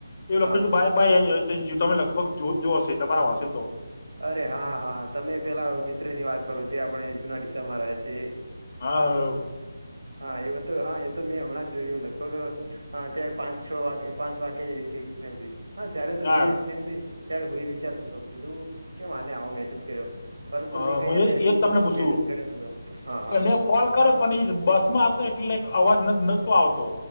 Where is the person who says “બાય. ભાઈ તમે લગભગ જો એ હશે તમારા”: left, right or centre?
Left